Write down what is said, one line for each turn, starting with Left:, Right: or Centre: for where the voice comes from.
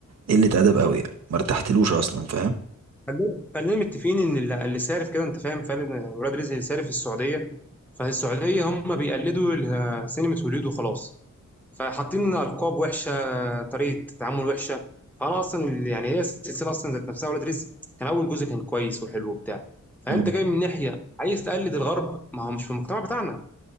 Right: قلة ادب قوي يعني ما ارتحتلوش اصلا فاهم
Centre: خلينا خلينا متفقين ان اللي اللي سارف كده انت فاهم فعلا ولاد رزق اللي سارف في السعوديه فالسعوديه هم بيقلدوا ال- سينما هوليود وخلاص فحاطين لنا القاب وحشه طريقه تعامل وحشه فانا اصلا ال- يعني هي السلسله اصلا ذات نفسها ولاد رزق كان اول جزء كان كويس وحلو وبتاع فانت
Right: مم.
Centre: جاي من ناحيه عايز تقلد الغرب ما هو مش في المجتمع بتاعنا